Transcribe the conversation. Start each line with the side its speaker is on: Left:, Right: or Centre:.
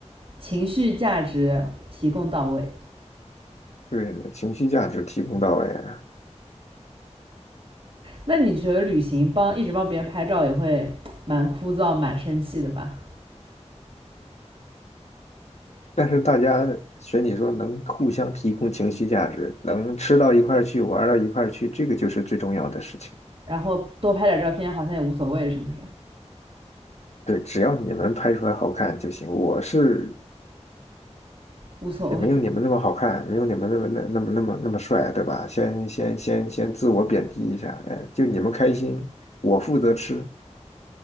Right: 情绪价值提供到位。
Left: 对，情绪价值提供到位啊。
Right: 那你觉得旅行帮一直帮别人拍照也会蛮枯燥、蛮生气的吧？
Left: 但是大家选你说能互相提供情绪价值，能吃到一块儿去，玩到一块儿去，这个就是最重要的事情。
Right: 然后多拍点照片好像也无所谓，是不是？
Left: 对，只要你们拍出来好看就行。我是
Right: 无所谓
Left: 也没有你们那么好看，没有你们那么那那么那么那么帅，对吧？先先先先自我贬低一下，哎，就你们开心，我负责吃。